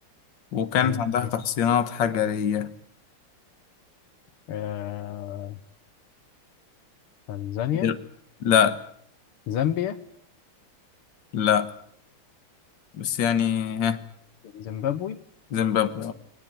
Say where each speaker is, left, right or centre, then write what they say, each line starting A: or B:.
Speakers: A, on the left; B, on the left.
A: وكانت
B: مم.
A: عندها تحصينات حجرية
B: آه... تنزانيا
A: دل- لا
B: زامبيا
A: لا بس يعني ها
B: زيمبابوي
A: زيمبابوي